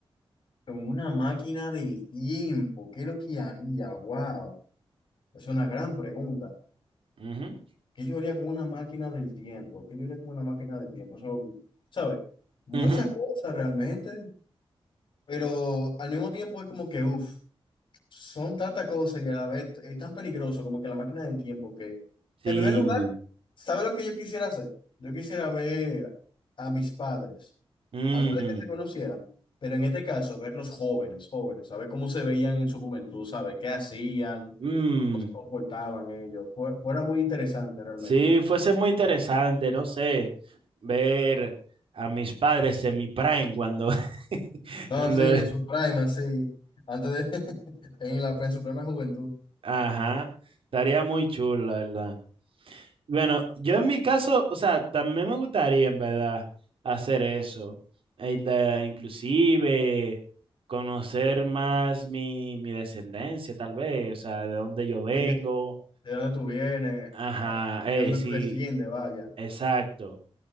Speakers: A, on the left; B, on the right.
A: Como una máquina del tiempo, ¿qué es lo que haría? Wow, es una gran pregunta.
B: Ujú,
A: ¿Qué yo haría con una máquina del tiempo? ¿Qué yo haría con una máquina del tiempo? Son, ¿sabes? Muchas
B: ujú,
A: cosas realmente, pero al mismo tiempo es como que, uff, son tantas cosas y a la vez es tan peligroso como que la máquina del tiempo que,
B: Sí.
A: en primer lugar, ¿sabes lo que yo quisiera hacer? Yo quisiera ver a mis padres.
B: mm,
A: antes de que se conocieran, pero en este caso, verlos jóvenes, jóvenes, saber cómo se veían en su juventud, saber qué hacían,
B: mm,
A: cómo se comportaban ellos, fue, fuera muy interesante realmente.
B: Sí, fuese muy interesante, no sé, ver a mis padres en mi prime cuando, <laughs>
A: No,
B: cuando,
A: sí, en su prime, así, antes de, <laughs> en la, en su plena juventud.
B: ajá, estaría muy chulo, la verdad. Bueno, yo en mi caso, o sea, también me gustaría en verdad hacer eso. E inte- inclusive conocer más mi, mi descendencia, tal vez, o sea, de dónde yo vengo.
A: Así que, ¿de dónde tú vienes?
B: Ajá,
A: Ah,
B: eh,
A: ¿De dónde
B: sí,
A: tú desciendes? Vaya.
B: exacto.